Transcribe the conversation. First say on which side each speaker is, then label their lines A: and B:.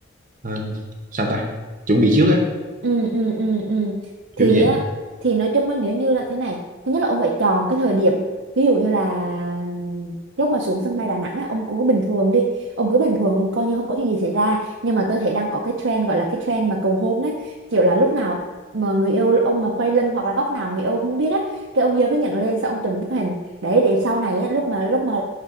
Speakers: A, on the right; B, on the right.
A: ờ, sao ta? Chuẩn bị trước á,
B: ừ ừ ừ ừ thì
A: kiểu vậy.
B: á thì nói chung á nếu như là thế này thứ nhất là ông phải chọn cái thời điểm ví dụ như là lúc mà xuống sân bay Đà Nẵng á ông cứ bình thường đi ông cứ bình thường coi như không có chuyện gì xảy ra nhưng mà tôi thấy đang có cái trend gọi là cái trend mà cầu hôn ấy kiểu là lúc nào mà người yêu ông mà quay lưng hoặc là góc nào người yêu không biết á cái ông giơ cái nhận lên xong ông chụp bức hình đấy để sau này á lúc mà lúc mà